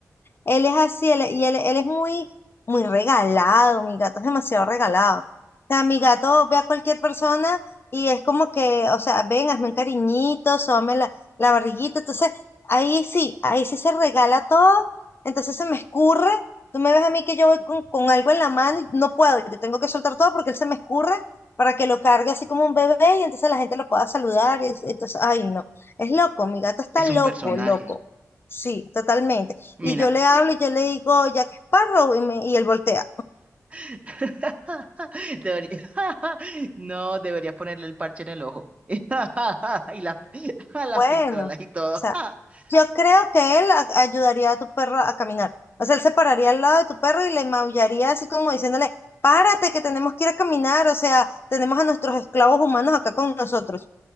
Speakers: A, on the left; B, on the right.
A: Él es así, él, y él, él es muy, muy regalado, mi gato es demasiado regalado. O sea, mi gato ve a cualquier persona y es como que, o sea, ven, hazme un cariñito, sóbame la, la barriguita. Entonces, ahí sí, ahí sí se regala todo, entonces se me escurre. Tú me ves a mí que yo voy con, con algo en la mano y no puedo, yo tengo que soltar todo porque él se me escurre para que lo cargue así como un bebé y entonces la gente lo pueda saludar. y es- entonces, ay, no, es loco, mi gato está
B: Es
A: loco,
B: un personaje.
A: loco. Sí, totalmente.
B: Mira,
A: Y yo le hablo y yo le digo Jack Sparrow y, me- y él voltea.
B: <laughs> Debería- <laughs> No, deberías ponerle el parche en el ojo. <laughs> Y las, <laughs> las
A: Bueno,
B: pistolas
A: o
B: y todo.
A: sea,
B: <laughs>
A: yo creo que él a- ayudaría a tu perro a caminar. O sea, él se pararía al lado de tu perro y le maullaría así como diciéndole, párate que tenemos que ir a caminar. O sea, tenemos a nuestros esclavos humanos acá con nosotros.